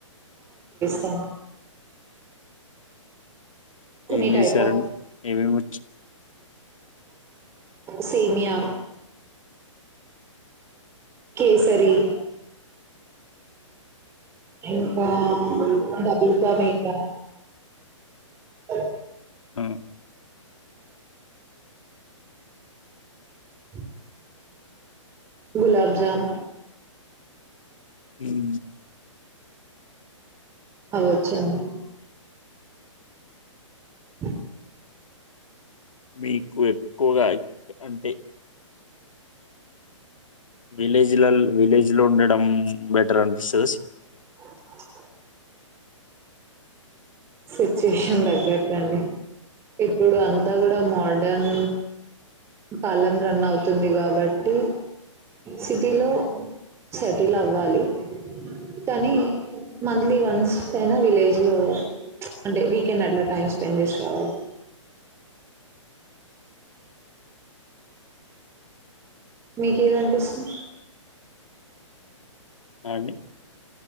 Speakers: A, on the right; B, on the left.
A: స కొన్ని
B: ఏం
A: టైప్ఫ్
B: చేస్తారండి ఏమేమిచ్చు
A: సేమయా కేసరి ఉ బా డబుల్ కామిత అ
B: హ్మ్
A: ఉ గులాబ్ జామ్
B: ఇం
A: ఆ వచ్చాయి అ
B: మీకు ఎక్కువగా ఎక్కడంటే విలేజ్లలో విలేజ్ లో ఉండడం బెటర్ అనిపిస్తద
A: అ సిచ్యుయేషన్ తగ్గట్టండి ఇప్పుడు అంతా మోడరణ్ కాలం రన్ అవుతుంది కాబట్టి సిటీలో సెటిల్ అవ్వాలి కానీ మంత్లీ వన్స్ అయినా విలేజ్ లో ఉచ్ అంటే వీకెండ్ అట్లా టైం స్పెండ్ చేసి రావాలి మీకేం అనిపిస్తుంది
B: హ అండి